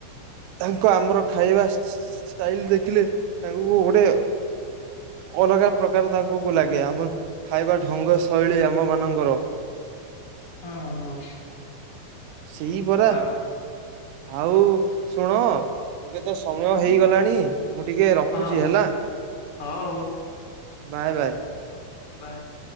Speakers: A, on the right; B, on the left.
A: ତାଙ୍କ ଆମର ଖାଇବା ଷ୍ଟାଇଲ ଦେଖିଲେ ତାଙ୍କୁ ଗୋଟେ ଅଲଗା ପ୍ରକାର ତାଙ୍କୁ କୁ ଲାଗେ ଆମର ଖାଇବା ଢଙ୍ଗ ଶୈଳୀ ଆମମାନଙ୍କର।
B: ହଁ ହଁ
A: ସେଇ ପରା
B: ହଁ
A: ଆଉ ଶୁଣ ଏବେ ତ ସମୟ ହେଇଗଲାଣି? ମୁଁ ଟିକେ ରଖୁଛି
B: ହଁ
A: ହେଲା
B: ହଁ
A: ବାାଏ ବାାଏ।
B: ବାସ୍।